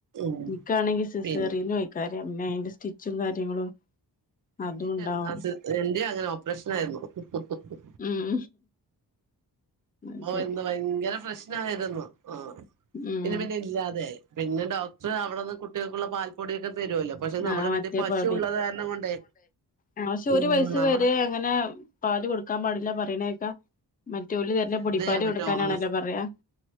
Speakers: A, on the right; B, on the left.
A: ഉം
B: എനിക്കാണെങ്കിൽ സിസ്സേറിയനുമായി
A: പിന്നെ
B: കാര്യ. പിന്നെ അതിന്റെ സ്റ്റിച്ചും കാര്യങ്ങളും
A: എന്റേം
B: അതും ഉണ്ടാവും
A: രണ്ട് ആ സിസ് എന്റെയും അങ്ങനെ ഓപ്പറേഷൻ ആയിരുന്നു ഹ് ഹ് ഹ്
B: ഉം അത്
A: ഓ
B: ശരി
A: ഇന്ന് ഭയങ്കര പ്രശ്നായിരുന്നു ആ
B: ഉം
A: പിന്നെ പിന്നെ ഇല്ലാതെ ആയി പിന്നെ ഡോക്ടർ അവിടുന്ന് കുട്ടികൾക്കുള്ള പാൽപ്പൊടിയൊക്കെ തെരുല്ലോ പക്ഷെ നമ്മുടെ
B: ആഹ് മറ്റേ
A: വീട്ടിൽ പശുള്ളത്
B: പൗടി
A: കാരണം കൊണ്ടേ
B: ആഹ് പക്ഷെ
A: ഉം
B: ഒരു വയസ്സ്
A: നമ്മടെ
B: വരെ അങ്ങനെ പാല് കൊടുക്കാൻ പാടില്ല പറയണെ മറ്റോല് തരുന്ന
A: പക്ഷെ
B: പൊടിപ്പാല്
A: എന്ത് ചെയ്യാൻ പറ്റും
B: കൊടുക്കാനാണല്ലോ പറയാ